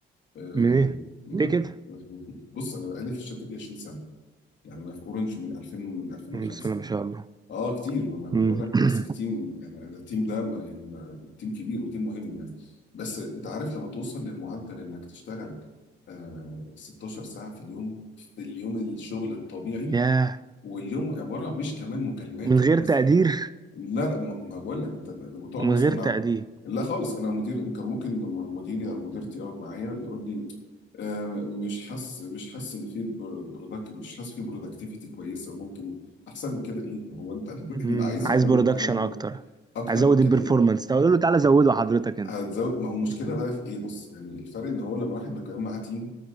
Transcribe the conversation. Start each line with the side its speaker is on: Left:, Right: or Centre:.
Left: آم،
Right: من ايه؟
Left: م-
Right: ليه كده؟
Left: <laughs> بص انا بقالي في الشركه دي 20 سنه يعني انا في اورنج من 2000 من 2005
Right: مم، بسم الله ما شاء الله
Left: اه كتير وانا
Right: مم.
Left: بقول لك
Right: <coughs>
Left: ماسك تيم يعني أنا التيم ده ما- يعني ما- تيم كبير وتيم مهم يعني بس انت عارف لما توصل للمعدل انك تشتغل آه 16 ساعه في اليوم في اليوم الشغل الطبيعي
Right: <clears throat> ياه
Left: واليوم عباره مش كمان مكالمات
Right: من
Left: والناس
Right: غير تقدير
Left: لا لا ما ما بقول لك انت بتقعد
Right: ومن
Left: مثلا
Right: غير
Left: مع
Right: تقدير
Left: لا خالص انا مدير كان ممكن لما مديري او مديرتي يقعد معايا يقول لي آه، مش حاسس مش حاسس ان في برودكت مش حاسس في برودكتيفيتي كويسه وممكن احسن من كده ايه ما هو انت <laughs>
Right: مم.
Left: اللي عايزه
Right: عايز
Left: كله
Right: برودكشن
Left: بتعمل
Right: اكتر
Left: اكتر
Right: عايز ازود
Left: من كده
Right: البرفورمانس
Left: ايه
Right: طب اقول له تعالى زوده حضرتك انت
Left: هتزود ما هو المشكله
Right: <laughs>
Left: بقى في ايه بص يعني الفرق ان هو لما الواحد بيتكلم مع تيم